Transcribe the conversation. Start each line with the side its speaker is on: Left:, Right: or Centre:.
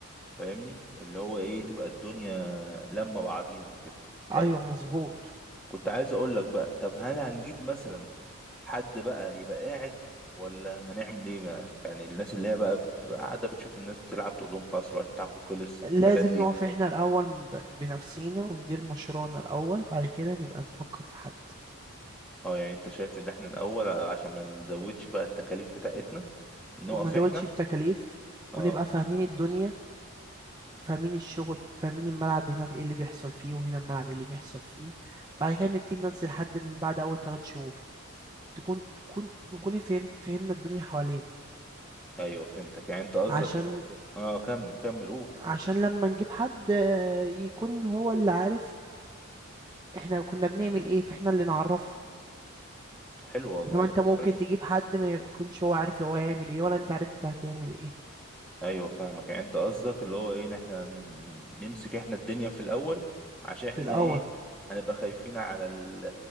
Centre: فاهمني اللي هو ايه تبقى الدنيا لما بعضيها كده
Right: ايوه
Centre: طب
Right: مظبوط
Centre: كنت عايز اقول لك بقى طب هل هنجيب مثلا حد بقى يبقى قاعد ولا هنعمل ايه بقى يعني الناس اللي هي بقى بتبقى قاعده بتشوف الناس بتلعب تقول لهم خلاص الوقت بتاعكم خلص
Right: لازم
Centre: الحاجات دي
Right: نقف احنا الاول ب- بنفسينا وندير مشروعنا الاول بعد كده نبقى نفكر في حد
Centre: اه يعني انت شايف ان احنا الاول عشان ما نزودش بقى التكاليف بتاعتنا نقف
Right: وما نزودش
Centre: احنا
Right: التكاليف
Centre: اه
Right: ونبقى فاهمين الدنيا فاهمين الشغل فاهمين الملعب هنا ايه اللي بيحصل فيه وهنا الملعب ايه اللي بيحصل فيه بعد كده نبتدي ننزل حد من بعد اول ثلاث شهور تكون نكون نكون فهم فهمنا الدنيا حوالين
Centre: ايوه فهمتك يعني انت قصدك
Right: عشان
Centre: اه كمل كمل قول
Right: عشان لما نجيب حد آه، يكون هو اللي عارف احنا كنا بنعمل ايه فاحنا اللي نعرفه
Centre: حلو والله
Right: انما
Centre: الفكره
Right: انت ممكن
Centre: دي.
Right: تجيب حد ما يكونش هو عارف هو هيعمل ايه ولا انت عارف انت هتعمل ايه
Centre: ايوه فاهمك يعني انت قصدك اللي هو ايه ان احنا ن- نمسك احنا الدنيا في الاول عشان احنا
Right: في الاول
Centre: ايه هنبقى خايفين على ال-